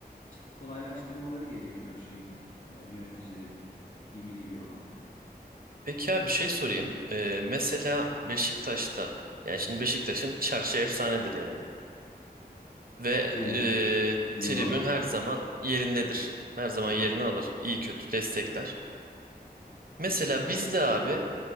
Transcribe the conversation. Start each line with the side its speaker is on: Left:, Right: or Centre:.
Left: kolaylaştırmaları gerekiyor şeyin, e, yöneticilerin gibi geliyor bana.
Right: Peki abi bir şey sorayım. Ee, mesela Beşiktaş'ta yani şimdi Beşiktaş'ın çarşı efsanedir yani. Ve
Left: Evet.
Right: e,
Left: Eyvallah.
Right: tribün her zaman yerindedir. Her zaman
Left: Hı hı.
Right: yerini alır. İyi kötü destekler. Mesela bizde abi